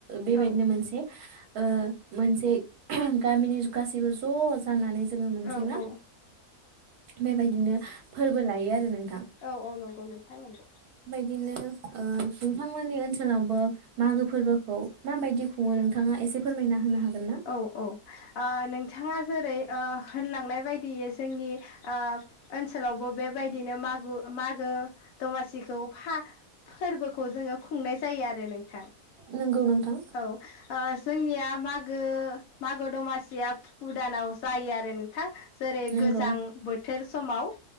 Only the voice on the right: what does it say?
बेबायदिनो
मोनसे ओ मोनसे गामिनि गासैबो ज' जानानै जोङो मोनसे
मा
बेबायदिनो फोरबो लायो आरो नोंथां
दिनो नोंथांमोननि ओनसोलावबो मागो फोरबोखौ माबायदि खुङो नोंथाङा एसे फोरमायना होनो हागोन ना
नंगौ नोंथां
नंगौ